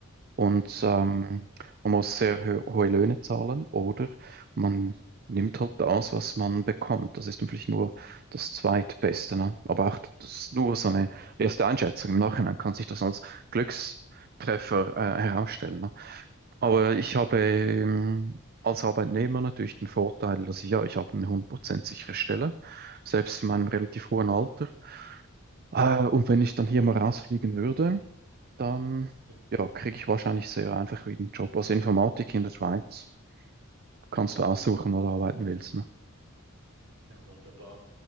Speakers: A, on the right; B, on the right.
A: und
B: mhm,
A: ähm, man muss sehr hö- hohe Löhne zahlen oder man nimmt halt das, was man bekommt. Das ist natürlich nur das Zweitbeste, ne? Aber auch das ist nur so
B: klar.
A: eine erste Einschätzung. Im Nachhinein kann sich das als Glückstreffer äh, herausstellen. Ne? Aber ich habe
B: Mhm,
A: ähm, als Arbeitnehmer natürlich den Vorteil, dass ich, ja, ich habe eine 100% sichere Stelle, selbst in meinem relativ hohen Alter. Äh, und wenn ich dann hier mal rausfliegen würde, dann
B: mhm,
A: ja, kriege ich wahrscheinlich sehr einfach wieder einen Job. Also Informatik in der Schweiz kannst
B: mhm.
A: du aussuchen, wo du arbeiten willst. Ne?
B: Ja, wunderbar.